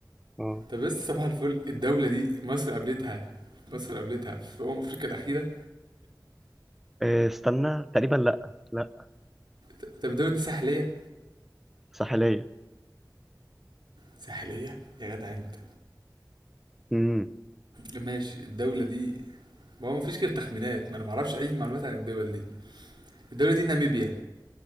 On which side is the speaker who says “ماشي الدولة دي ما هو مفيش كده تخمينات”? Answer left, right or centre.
Right